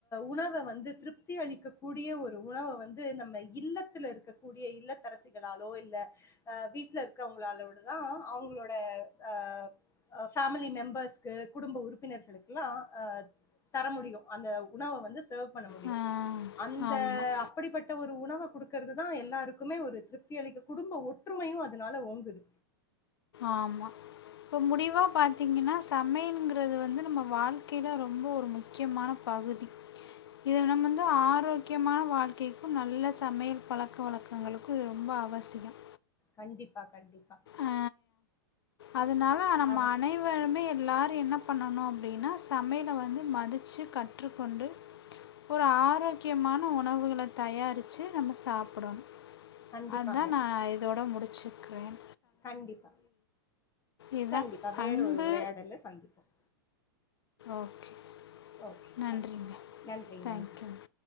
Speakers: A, on the left; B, on the left.
A: உணவை வந்து திருப்தி அளிக்க கூடிய ஒரு உணவை வந்து நம்ம இல்லத்தில் இருக்கக்கூடிய இல்லத்தரசிகாலோ இல்ல அஹ வீட்டுல இருக்கிறவங்களாலோடதான் அவங்களோட அஹ் பேமிலி மெம்பர்ஸ்க்கு குடும்ப உறுப்பினர்களுக்குல்லாம் அஹ் தர முடியும் அந்த உணவை வந்து சர்வ் பண்ண முடியும்
B: ஆமாம் ஆ
A: அந்த
B: ஆமாம்
A: அப்படிப்பட்ட ஒரு உணவு கொடுக்கறது தா எல்லாருக்குமே ஒரு திருப்தி அளிக்க குடும்ப ஒற்றுமையும் அதனால ஒங்குது
B: ஆமா இப்போ முடிவா பாத்தீங்கன்னா சமையல்ங்கிறது வந்து நம்ம வாழ்க்கையில ரொம்ப ஒரு முக்கியமான பகுதி இது நம்ம வந்து ஆரோக்கியமான வாழ்க்கைக்கும் நல்ல சமையல் பழக்க வழக்கங்களுக்கும் இது ரொம்ப அவசியம்
A: கண்டிப்பா கண்டிப்பா
B: ஆ அதனால நம்ம
A: அது
B: அனைவருமே எல்லாரும் என்ன பண்ணணும் அப்ப அப்படின்னா சமையலை வந்து மதிச்சு கற்றுக்கொண்டு ஒரு ஆரோக்கியமான உணவுகளை தயாரிச்சு நம்ம சாப்பிடணும்
A: கண்டிப்பாங்க
B: அதான் நா இதோட முடிச் சுக்குறேன்
A: கண்டிப்பா
B: இதுதான்
A: கண்டிப்பா வேற
B: அன்பு
A: ஒரு உரையாடல சந்திப்போம்
B: ஓகே
A: ஓகே
B: நன்றிங்க
A: தேங்க்யூ நன்றி
B: தேங்க்யூங்க
A: நன்றி